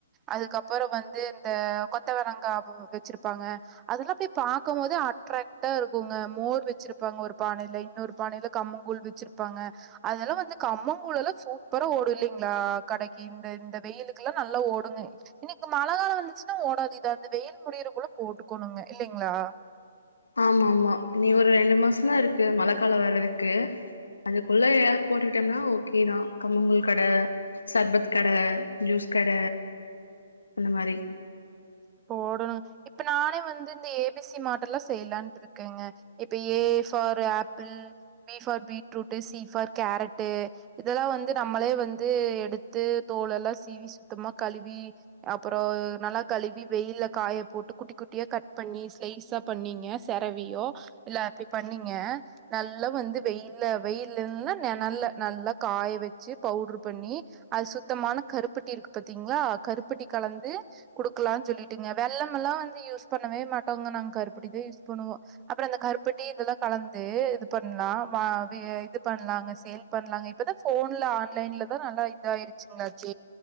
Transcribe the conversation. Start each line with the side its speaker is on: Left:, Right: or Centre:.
Right: அதுக்கப்பற வந்து இந்த கொத்தவரங்கா வச்சிருப்பாங்க அதெல்லா பே பாக்கு போது அட்ராக்ட்டா இருக்குங்க மோர் வெச்சிருப்பாங்க ஒரு பானையில இன்னொரு பானையில கம்மங்கழ் வச்சிருப் ப்பாங்க அதல வந்து கம்மங்கூழு லெல்லா சூப்பர ஓடுல்லிங்களா கடைக்கு இந்த இந்த வெயிலுக் நல்லா ஓடுங்க இன்னிக்கு மழ கால வந்துச்சுன்னா ஓடாது அந்த வெயில் முடியிற கூட போட்டுக்கணுங்க இல்லைங் லா
Left: ஆமா ஆமா நீ ஒரு ரெண்டு மாசம்தா இருக்கு மழ கால வர்றதுக்கு அதுக்குள்ள போட்டுக்கிட்டோம்னா ஓகே தா கம்மங்க்கூழ் கட சர்பத் கட ஜூஸ் கட அந்த மாரி
Right: போடணு இப்ப நானே வந்து இந்த ஏ பி சி மாட்டெல்லா செய்யலான்ட் இருக்கேங்க இப்ப A A for apple B for beetroot C for carrot இதெல்லா வந்து நம்மளே வந்து எடுத்து தோல எல்லா சீவி சுத்தமா கழுவி அப்புறம் நல்லா கழுவி வெயில்ல காய போட்டு குட்டி குட்டியா கட் பண்ணி ஸ்லைஸா பண்ணீங்க செரவியோ இல்ல அப்பிபண்ணி நீங்க நல்ல வந்து வெயில்ல வெயில் இல்ல நினல்ல நல்லா காய வச்சு பவு டர் பண்ணி அது சுத்தமான கருப்பட்டி இருக்கு பாத்தீங்களா கருப்பட்டி கலந்து குடுக்கலா சொல்லிட்ங்க வெள்ள எல்லா வந்து யூஸ் பண்ணவே மாட்டோங்க நாங்க கருப்படி தா யூஸ் பண்ணுவோ அப்புறம் அந்த கருப்பட்டி கலந்து இது பண்லா இது பண்லாங்க சேல் பண்ணலாங்க இப்பதா போன்ல ஆன்லைன் தா நல்லா இத ஆயிருச்சுங்களாச்ச